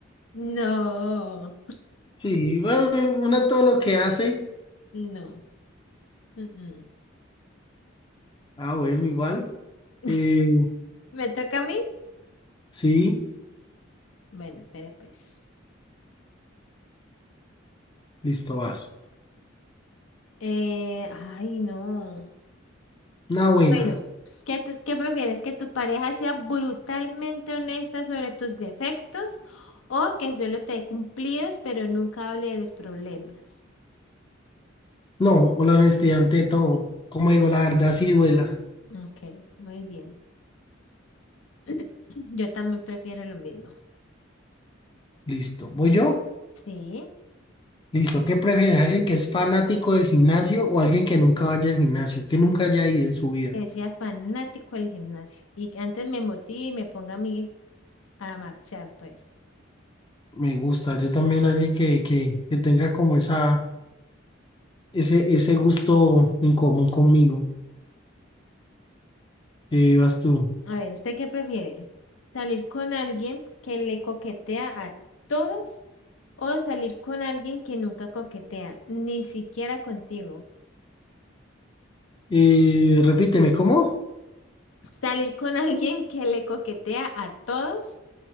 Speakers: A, on the left; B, on the left.
A: No,
B: Sí, bueno, uno todo lo que hace.
A: no. mm, mm.
B: Ah, bueno, igual.
A: <laughs>
B: Eh,
A: ¿Me toca a mí?
B: sí,
A: Bueno, espera pues.
B: listo, vas.
A: Eh, ay, no.
B: Una buena.
A: Bueno, ¿qué, tú- qué prefieres? ¿Que tu pareja sea brutalmente honesta sobre tus defectos o que solo te dé cumplidos pero nunca hable de los problemas?
B: No, la honestidad ante todo. Como digo, la verdad sí duela.
A: Ok, muy bien. <clears throat> Yo también prefiero lo mismo.
B: Listo. ¿Voy yo?
A: Sí,
B: Listo. ¿Qué prefieres? ¿Alguien que es fanático del gimnasio o alguien que nunca vaya al gimnasio? Que nunca haya ido en su vida.
A: que sea fanático del gimnasio y que antes me motive y me ponga a mí a marchar, pues.
B: Me gusta. Yo también alguien que, que, que tenga como esa, ese, ese gusto en común conmigo. Eh, vas tú.
A: A ver, ¿usted qué prefiere? ¿Salir con alguien que le coquetea a todos o salir con alguien que nunca coquetea, ni siquiera contigo?
B: Eh, repíteme, ¿cómo?
A: ¿Salir con <laughs> alguien que le coquetea a todos